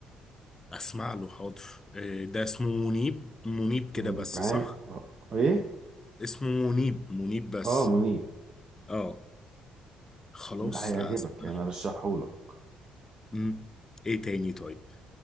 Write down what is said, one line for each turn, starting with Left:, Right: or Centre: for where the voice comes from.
Left: اسمع له حاضر آه، ده اسمه منيب منيب كده
Right: منيب
Left: بس
Right: عام
Left: صح
Right: آه، ايه
Left: اسمه منيب منيب بس
Right: اه منيب
Left: اه خلاص
Right: لا هيعجبك
Left: لا اسمع
Right: يعني
Left: له.
Right: ارشحه لك
Left: مم. ايه تاني طيب